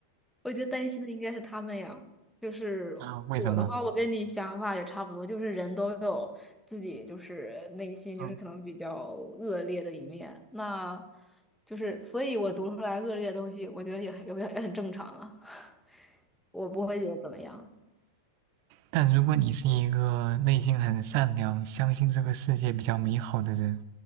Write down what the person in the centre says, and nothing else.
我觉得担心的应该是他们呀。就是我的话，
我跟你想法也差不多，就是人都有自己就是内心就是可能比较恶劣的一面，
那就是所以我读出来恶劣的东西，我觉得也很也很也很正常啊，<laughs> 我不会觉得怎么样。